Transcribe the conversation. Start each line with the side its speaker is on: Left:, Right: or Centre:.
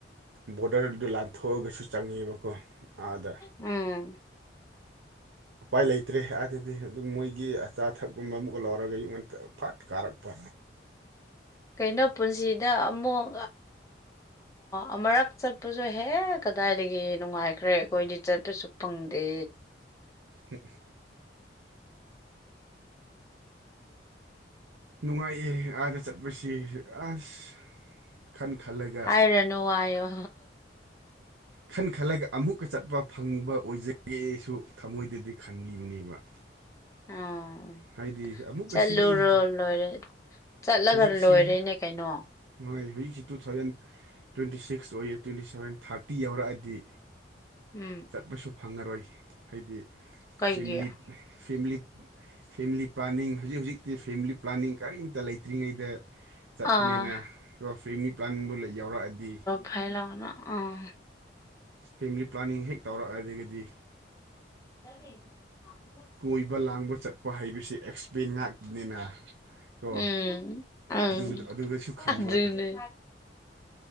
Right: ꯕꯣꯔꯗꯔꯗꯨꯗ ꯂꯥꯟꯊꯣꯛꯑꯒꯁꯨ ꯆꯪꯉꯦꯕꯀꯣ ꯑꯥꯗ
Left: ꯎꯝ
Right: ꯎꯄꯥꯏ ꯂꯩꯇ꯭ꯔꯦ ꯑꯗꯨꯗꯤ ꯃꯣꯏꯒꯤ ꯑꯆꯥ ꯑꯊꯛꯀꯨꯝꯕ ꯑꯃꯨꯛꯀ ꯂꯧꯔꯒ <unintelligible> ꯐꯠ ꯀꯥꯔꯛꯄ
Left: ꯀꯩꯅꯣ ꯄꯨꯟꯁꯤꯗ ꯑꯃꯨꯛ ꯑꯃꯨꯔꯛ ꯆꯠꯄꯁꯨ ꯍꯦꯛ ꯀꯗꯥꯏꯗꯒꯤ ꯅꯨꯡꯉꯥꯏꯈ꯭ꯔꯦ ꯑꯩꯈꯣꯏꯗꯤ ꯆꯠꯄꯁꯨ ꯐꯪꯗꯦ
Right: ꯍ ꯅꯨꯡꯉꯥꯏꯑꯦ ꯑꯥꯗ ꯆꯠꯄꯁꯤ ꯑꯁ ꯈꯟ ꯈꯜꯂꯒꯦ
Left: ꯍꯥꯏꯔꯅꯨ ꯍꯥꯏꯌꯣ
Right: ꯈꯟ ꯈꯜꯂꯒ ꯑꯃꯨꯛꯀ ꯆꯠꯄ ꯐꯪꯕ ꯑꯣꯏꯖꯒꯦꯁꯨ ꯊꯃꯣꯏꯗꯗꯤ ꯈꯟꯂꯤꯕꯅꯦꯕ
Left: ꯎꯝ
Right: ꯍꯥꯏꯗꯤ ꯑꯃꯨꯛꯀ
Left: ꯆꯠꯂꯨꯔꯣ
Right: ꯁꯤꯒꯤ
Left: ꯂꯣꯏꯔꯦ ꯆꯠꯂꯒ
Right: ꯍꯧꯖꯤꯛꯁꯤ
Left: ꯂꯣꯏꯔꯦꯅꯦ ꯀꯩꯅꯣ
Right: ꯍꯣꯏ ꯍꯧꯖꯤꯛꯁꯤ ꯇꯨ ꯊꯥꯎꯖꯟ ꯇ꯭ꯋꯦꯟꯇꯤ ꯁꯤꯛꯁ ꯑꯣꯏꯌꯦ ꯇ꯭ꯋꯦꯟꯇꯤ ꯁꯕꯦꯟ ꯊꯥꯔꯇꯤ ꯌꯥꯎꯔꯛꯑꯗꯤ
Left: ꯎꯝ
Right: ꯆꯠꯄꯁꯨ ꯐꯪꯉꯔꯣꯏ ꯍꯥꯏꯗꯤ
Left: ꯀꯩꯒꯤ
Right: ꯐꯦꯃꯤꯂꯤꯞ ꯐꯦꯂꯤ ꯐꯦꯃꯤꯂꯤ ꯄ꯭ꯂꯥꯅꯤꯡ ꯍꯧꯖꯤꯛ ꯍꯧꯖꯤꯛꯇꯤ ꯐꯦꯃꯤꯂꯤ ꯄ꯭ꯂꯥꯅꯤꯡ ꯀꯔꯤꯝꯇ ꯂꯩꯇꯦ ꯆꯠꯇ꯭ꯔꯤꯉꯩꯗ ꯆꯠꯄꯅꯤꯅ
Left: ꯑꯥ
Right: ꯑꯗꯨꯒ ꯐ꯭ꯔꯦꯃꯤ ꯄ꯭ꯂꯥꯟꯗꯨ ꯌꯥꯎꯔꯛꯑꯗꯤ
Left: ꯈꯥꯏ ꯂꯥꯛꯅ ꯑꯥ
Right: ꯐꯦꯃꯤꯂꯤ ꯄ꯭ꯂꯥꯅꯤꯡ ꯍꯦꯛ ꯇꯧꯔꯛꯑꯗꯒꯤꯗꯤ
Left: ꯇ ꯊ
Right: ꯀꯣꯏꯕ ꯂꯥꯡꯕ ꯆꯠꯄ ꯍꯥꯏꯕꯁꯤ ꯑꯦꯛꯁꯄꯦꯟ ꯉꯥꯛꯇꯅꯤꯅ ꯀꯣ
Left: ꯎꯝ ꯑꯪ
Right: ꯑꯗꯨ ꯑꯗꯨꯗꯁꯨ ꯈꯟꯕ
Left: ꯑꯗꯨꯅꯦ